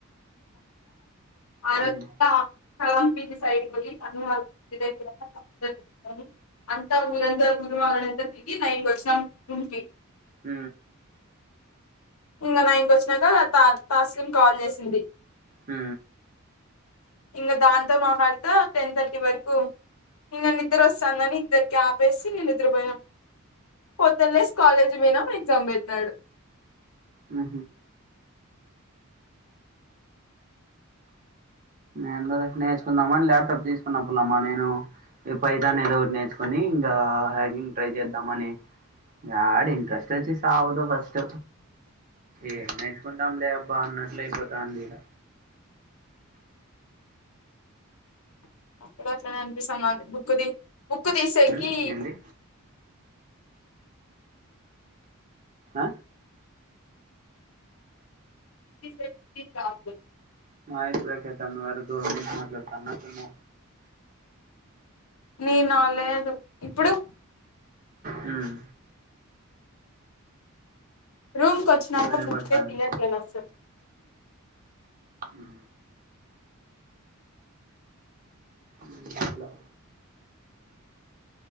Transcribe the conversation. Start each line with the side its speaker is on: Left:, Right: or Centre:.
Left: అర
Right: ఉమ్
Left: కంపిది సైడ్ మ అ <unintelligible> ఇ <unintelligible> అంత ఉరంతా <unintelligible> పూరు మనంత తిరిగి నైన్ కి వచ్చినం రూంకి
Right: హ
Left: ఇంకా నైన్ కి వచ్చినాక తా తాస్లిం కాల్ చేసింది
Right: హ
Left: ఇంకా దాంతో మా భర్త టెన్ థర్టీ వరకు ఇంక నిద్ర వస్తాందని ఇద్దరికి ఆపేసి నిద్ర పోయినం పొద్దున లేసి కాలేజ్కి పోయినం ఎగ్జామ్ పెట్టినాడు
Right: ఆ ఎందోలె నేర్చుకుందామా అని ల్యాప్టాప్ తీసుకున్న పుల్లమ్మా నేను ఈ పైతానే ఏదో ఒకటి నేర్చుకొని ఇంకా హ్యాకింగ్ ట్రై చేద్దాం అని యాడ ఇంట్రెస్ట్ వచ్చి సావదు ఫస్ట్ ఏం నేర్చుకుంటాం లే అబ్బా అన్నట్లు అయిపోతాంది ఈడ
Left: అక్కడ అట్లానే అనిపిస్తానది బుక్ తీ బుక్ తీసేకి
Right: ఉమ్ ఏంది ఆ
Left: స కాదు <unintelligible>
Right: మా ఇరకతడ దూరం నుంచి మాట్లడతన్ననేమో
Left: నేనా లేదు ఇప్పుడు
Right: మ్మ్
Left: రూమ్కి వచ్చినక
Right: ఇప్పుడు వినబడతాంది
Left: బుకే తీయట్లేదు అస్సలు
Right: మ్ మ్ ఇట్ల